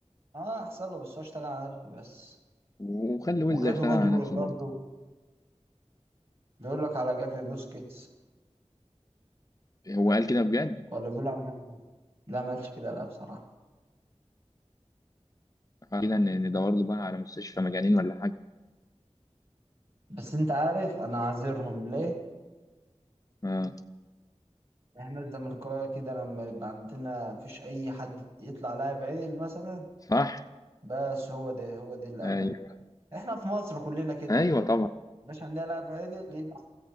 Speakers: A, on the right; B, on the left.
A: اه أحسن له بس هو اشتغل على نفسه بس
B: وخلي ويلز
A: وجافي
B: يشتغل
A: برضه
B: على نفسه
A: برضه
B: برضه
A: بيقول لك على جافي بوسكيتس
B: هو قال كده بجد
A: ولا بيقول على جافي مين؟ لا ما قالش كده لا بصراحة
B: قال كده ن- ندور له بقى على مستشفى مجانين ولا حاجه
A: بس انت عارف انا عاذرهم ليه
B: اه
A: احنا الزملكاويه كده لما يبقى عندنا مفيش اي حد يطلع لاعب عدل مثلا
B: صح
A: بس هو ده هو ده الامل
B: ايوه
A: احنا في مصر كلنا كده
B: ايوه طبعا
A: مش عندنا لاعب عدل يطلع